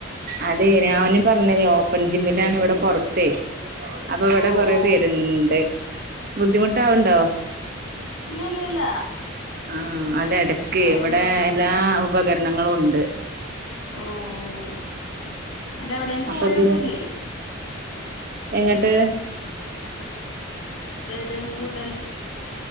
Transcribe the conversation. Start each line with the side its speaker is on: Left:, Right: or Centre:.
Right: അതെ ഞാനും പറഞ്ഞിലേ ഓപ്പൺ ജിമ്മിലാണ് ഇവിടെ പൊറത്തേ അപ്പൊ അവിടെ
Left: ഓ
Right: കൊറെ
Left: ഓ
Right: പേരുണ്ട് ബുദ്ധിമു ആവുണ്ടോ
Left: ഇല്ല ഇല്ല ഇല്ല
Right: ആ അതടെക്കെ
Left: പറഞ്ഞോ
Right: ഇവിടെ
Left: പറഞ്ഞോ
Right: എല്ലാ
Left: ഉപകരണങ്ങളും
Right: ഉപകരണങ്ങളും ഉണ്ട്
Left: ഓ എന്നട്ടെവിടെം പോയൊന്നുല്ലേ
Right: അപ്പൊ ഇതില് എങ്ങട്ട്
Left: ദേ ഫുഡ്